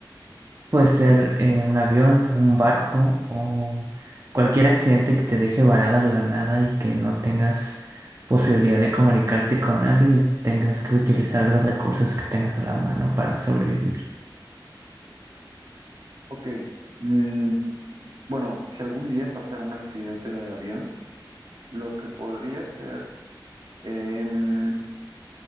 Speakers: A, on the right; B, on the right.
A: Puede ser eh, un avión, un barco o cualquier accidente que te deje varado en la nada y que no tengas posibilidad de comunicarte con alguien y tengas que utilizar los recursos que tengas a la mano para sobrevivir.
B: Ok. Mm, bueno, si algún día pasara un accidente de avión, lo que podría hacer, em,